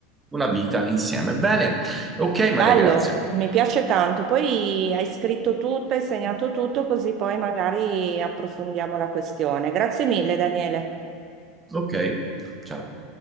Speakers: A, on the right; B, on the right.
A: una vita insieme. Bene, ok
B: Bello,
A: Maria, grazie.
B: mi piace tanto. Poi hai scritto tutto, hai segnato tutto, così poi magari approfondiamo la questione. Grazie mille, Daniele.
A: Ok, ciao.